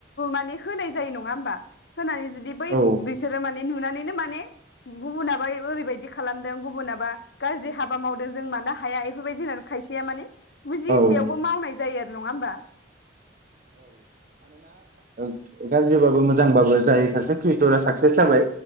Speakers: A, on the left; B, on the right.
A: माने होनाय जायो नङा होमबा? होनानै जुदि बै
B: औ
A: बिसोरो माने नुना नैनो माने गुबुनाबा ओरैबायदि खालामदों गुबुनाबा गाज्रि हाबा मावदों जों मानो हाया बेफोरबायदि नानै खायसेया माने बुजिसेयावबो
B: औ
A: मावनाय जायो नङा होमबा?
B: उ गाज्रिबाबो मोजांबाबो जाय सासे क्रियेटरा साक्सेस जाबाय